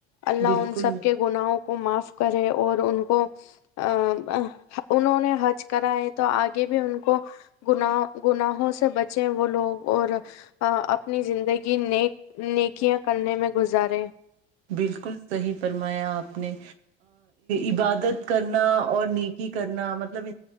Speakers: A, on the left (about 55°); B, on the right (about 75°).
A: اللہ
B: بالکل
A: ان سب کے گناہوں کو معاف کرے اور ان کو انہوں نے حج کرائے تو آگے بھی بھی ان کو گ گناہوں سے بچے وہ لوگ اور اپنی زندگی نیک نیکیاں کرنے میں گزارے
B: بالکل صحیح فرمایا آپ نے عبادت کرنا اور نیکی کرنا مطلب